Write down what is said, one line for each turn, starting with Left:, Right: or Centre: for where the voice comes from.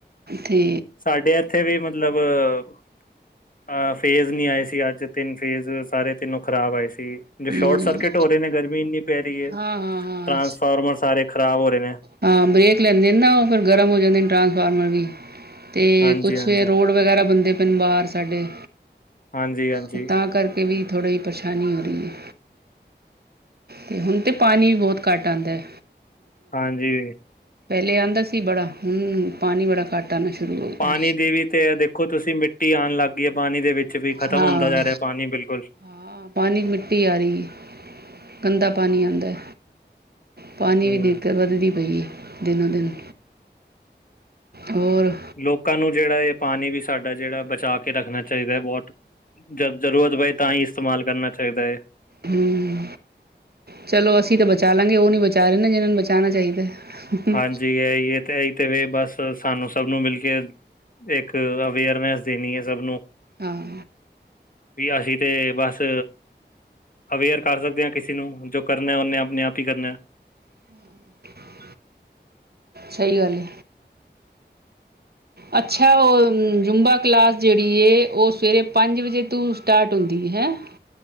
Right: ਤੇ
Left: ਸਾਡੇ ਐਥੇ ਵੀ ਮਤਲਬ ਅਹ ਫੇਜ਼ ਨੀ ਆਏ ਸੀ, ਅੱਜ ਤਿੰਨ ਫੇਜ਼ ਸਾਰੇ ਤਿੰਨੋ ਖ਼ਰਾਬ ਆਏ ਸੀ। ਜੋ
Right: ਹਮ
Left: ਸ਼ੋਟ ਸਰਕਿਟ ਹੋ ਰਹੇ ਨੇ, ਗਰਮੀ ਇੰਨੀ ਪੈ ਰਹੀ ਐ
Right: ਹਾਂ ਹਾਂ ਹਾਂ
Left: ਟਰਾਂਸਫਾਰਮਰ ਸਾਰੇ ਖ਼ਰਾਬ ਹੋ ਰਹੇ ਨੇ।
Right: ਹਾਂ ਬ੍ਰਰੇਕ ਲੈਂਦੇ ਨੇ ਨਾ, ਉਹ ਫਿਰ ਗਰਮ ਹੋ ਜਾਂਦੇ ਨੇ ਟਰਾਂਸਫਾਰਮਰ ਵੀ, ਤੇ
Left: ਹਾਂਜੀ
Right: ਕੁਛ
Left: ਹਾਂਜੀ
Right: ਰੋਡ ਵਗੈਰਾ ਬੰਦੇ ਪੈਣ ਬਾਹਰ ਸਾਡੇ
Left: ਹਾਂਜੀ ਹਾਂਜੀ
Right: ਤੇ ਤਾਂ ਕਰਕੇ ਵੀ ਥੋੜ੍ਹਾ ਜੀ ਪਰੇਸ਼ਾਨੀ ਹੋ ਰਹੀ ਐ। ਤੇ ਹੁਣ ਤੇ ਪਾਣੀ ਵੀ ਬਹੁਤ ਘੱਟ ਆਦਾ ਐ।
Left: ਹਾਂਜੀ
Right: ਲਿਆਉਂਦਾ ਸੀ ਬੜਾ, ਹੁਣ ਪਾਣੀ ਬੜਾ ਘੱਟ ਆਉਣਾ ਸ਼ੁਰੂ ਹੋ
Left: ਪਾਣੀ
Right: ਗਿਆ
Left: ਦੀ ਵੀ ਤੇ ਆ ਦੇਖੋ ਤੁਸੀਂ ਮਿੱਟੀ ਆਉਣ ਲੱਗ ਗਈ ਹੈ ਪਾਣੀ ਦੇ ਵਿੱਚ ਵੀ, ਖ਼ਤਮ
Right: ਹਾਂ
Left: ਹੁੰਦਾ ਜਾ ਰਿਹਾ ਪਾਣੀ ਬਿਲਕੁਲ।
Right: ਹਾਂ, ਪਾਣੀ ਮਿੱਟੀ ਆ ਰਹੀ, ਗੰਦਾ ਪਾਣੀ ਆਉਂਦਾ। ਪਾਣੀ
Left: ਹਮ
Right: ਦੀ ਦੀਕਤ ਵੱਧਦੀ ਪਈ ਐ, ਦਿਨੋ ਦਿਨ। ਹੋਰ
Left: ਲੋਕਾਂ ਨੂੰ ਜਿਹੜਾ ਐ, ਪਾਣੀ ਵੀ ਸਾਡਾ ਜਿਹੜਾ ਬਚਾ ਕੇ ਰੱਖਣਾ ਚਾਹੀਦਾ ਹੈ, ਬਹੁਤ ਜਬ ਜ਼ਰੂਰਤ ਪਏ ਤਾਂ ਹੀ ਇਸਤੇਮਾਲ ਕਰਨਾ ਚਾਹੀਦਾ ਹੈ।
Right: ਹੂੰ, ਚਲੋ ਅਸੀਂ ਤੇ ਬਚਾ ਲਾਂਗੇ, ਔ ਨੀ ਬਚਾ ਰਹੇ ਨਾ ਜਿਨਾਂ ਨੂੰ ਬਚਾਨਉਣਾ ਚਾਹੀਦਾ। ਹੈ।
Left: ਹਾਂਜੀ, ਇਹ ਤਾਂ ਇਹੀ ਤੇ ਵੀ ਬੱਸ ਸਾਨੂੰ ਸਭ ਨੂੰ ਮਿਲ ਕੇ, ਇੱਕ ਅਵੇਅਰਨੈਸ ਦੇਣੀ ਐ ਸਭ ਨੂੰ
Right: ਹਾਂ।
Left: ਬੀ, ਅਸੀਂ ਤੇ ਬਸ ਅਵੇਅਰ ਕਰ ਸਕਦੇ ਆ, ਕਿਸੇ ਨੂੰ ਜੋ ਕਰਨਾ ਉਹਨੇ ਆਪਣੇ ਆਪ ਹੀ ਕਰਨਾ।
Right: ਹੂੰ <unintelligible> ਸਹੀ ਗੱਲ ਐ। ਅੱਛਾ ਔ ਜੁੰਮਬਾ ਕਲਾਸ ਜਿਹੜੀ ਐ, ਉਹ ਸਵੇਰੇ ਪੰਜ ਵਜੇ ਤੋਂ ਸਟਾਰਟ ਹੁੰਦੀ ਹੈ। ਹੈ?